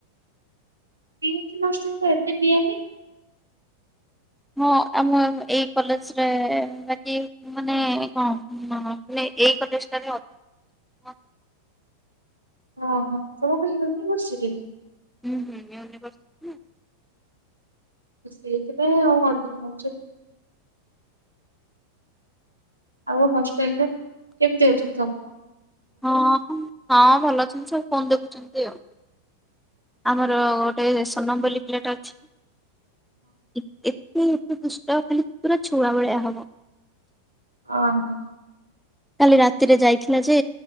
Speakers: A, on the right (about 85°); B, in the centre.
A: ପି <unintelligible> ଏତେ ନିଏ ନି?
B: ହଁ ଆମ ଏଇ କଲେଜରେ, ବାକି ମାନେ କଣ ମାନେ ଏଇ କଲେଜ ଟାରେ ଅଧିକ
A: ହଁ- ହଁ <unintelligible>
B: ହୁଁ- ହୁଁ ୟୁନିଭର୍ସିଟି।
A: ସେଇଥିପାଇଁ ଆଉ ଅଧିକ ନଉଛନ୍ତି ଆଉ। ଆଉ ହଷ୍ଟେଲରେ କେମତି ଅଛନ୍ତି ସମସ୍ତେ?
B: ହଁ ହଁ ଭଲ ଅଛନ୍ତି ସବୁ ଫୋନ୍ ଦେଖୁଛନ୍ତି ଆଉ। ଆମର ଗୋଟେ ସୋନମ ବୋଲି ପିଲାଟେ ଅଛି ଏତେ ଏତେ ଏତେ ଦୁଷ୍ଟ ଖାଲି ପୁରା ଛୁଆ ଭଳିଆ ହବ।
A: ହଁ।
B: କାଲି ରାତିରେ ଯାଇଥିଲା ଯେ,